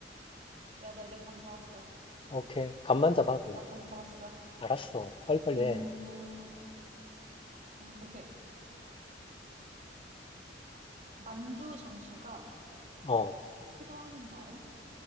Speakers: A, on the right; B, on the left.
A: 야 나 이제 감 잡았어
B: 오케이. 간만 잡아, 그냥.
A: 나 감 잡았어
B: 알았어. 빨리빨리
A: 음,
B: 해.
A: 오케이. 만두 장수가
B: 어,
A: 싫어하는 말은?